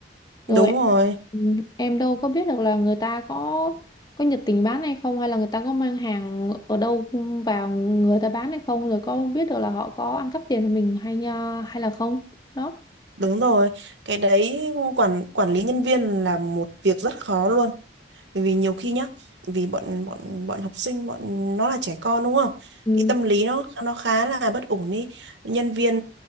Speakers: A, on the left; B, on the right.
A: rồi
B: đúng rồi
A: ừ, em đâu có biết được là người ta có có nhiệt tình bán hay không hay là người ta có mang hàng ở đâu vào người ta bán hay không rồi có biết được là họ có ăn cắp tiền của mình hay ờ, hay là không đó
B: đúng rồi cái đấy quản quản lý nhân viên là một việc rất khó luôn bởi vì nhiều khi nhá vì bọn bọn bọn học sinh bọn nó là trẻ con đúng không
A: Ừ.
B: cái tâm lý nó nó khá là bất ổn đi nhân viên